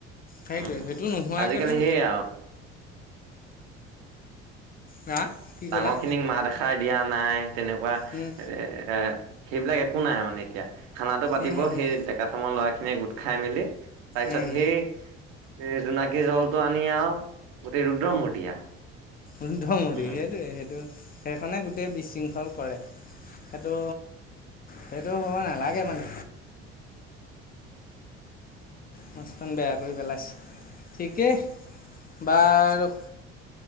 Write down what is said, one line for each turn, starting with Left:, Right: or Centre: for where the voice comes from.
Left: সেইটোৱে
Right: উম,
Left: সেইটো
Right: উ,
Left: নোহোৱাকৈতো
Right: আজিকালি সেইয়য়া।
Left: হা? কি ক'লা
Right: ডাঙৰ খিনিক মা এষাৰ দিয়া নাই তেনেকুৱা।
Left: উম।
Right: এ এ, সেইবিলাক একো নাই মানে এতিয়া খানাটো পাতিব
Left: উম উম
Right: সেই কাঠামৰ ল'ৰা খিনিয়ে গোট খাই মেলি তাৰপিছত
Left: উম
Right: সেই এই জোনাকী জলটো আনি আৰু গোটেই ৰুদ্ৰ মূৰ্তি আৰু
Left: উমধমৰি
Right: উম,
Left: সেইটোৱে, সেইটো। সেইখনে গোটেই বিশৃংখল কৰে। সেইটো, সেইটো হ'ব নালাগে মানে। মাছখন বেয়া কৰি পেলাইছে ঠিকেই বাৰু।